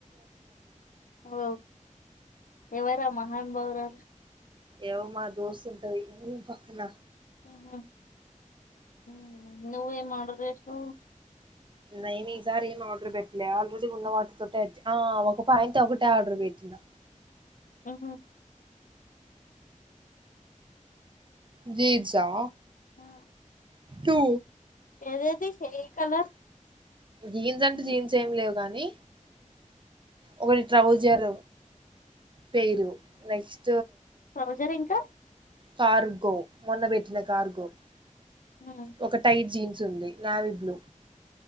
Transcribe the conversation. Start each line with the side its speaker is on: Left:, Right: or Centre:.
Left: ఓ ఎవరా మహానుభావు వల్
Right: ఎవో మా దోస్త్ ఉంటది ఊ పక్కన
Left: ఊహూ ఊ నువ్వేం ఆర్డర్ చేసినావ్
Right: నేను ఈసారి ఏం ఆర్డర్ పెట్టలే ఆల్రెడీ ఉన్న వాటితో ఆడ్జ్ ఒక పాయింట్ ఒకటే ఆర్డర్ పెట్టినా
Left: ఊహూ
Right: జీన్స్ ఆ
Left: ఆ
Right: టూ
Left: ఏదేది ఏ కలర్
Right: జీన్స్ అంటే జీన్స్ ఏం లేవు గానీ ఒకటి ట్రౌజర్ పెయురు నెక్స్ట్
Left: ట్రౌజర్ ఇంకా
Right: కార్గో మొన్న పెట్టిన కార్గో
Left: మ్మ్
Right: ఒక టైట్ జీన్స్ ఉంది నావి బ్లూ